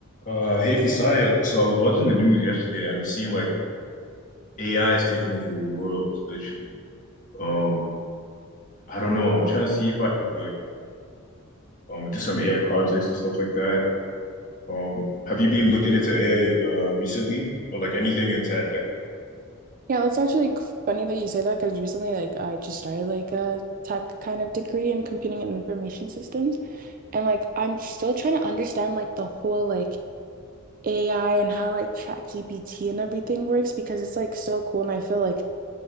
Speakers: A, on the left; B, on the right.
A: Uh, hey Fisaya, so I was watching the news yesterday and I'm seeing like AI is taking over the world, literally. Um, I don't know. I'm trying to see if I could like um do some AI projects and stuff like that. Um, have you been looking into AI uh recently or like anything in tech?
B: Yeah, that's actually c- funny that you say that because recently, like, I just started like a tech kind of degree in computing and information systems, and like, I'm tr- still trying to understand like the whole like AI and how like ChatGPT and everything works because it's like so cool, and I feel like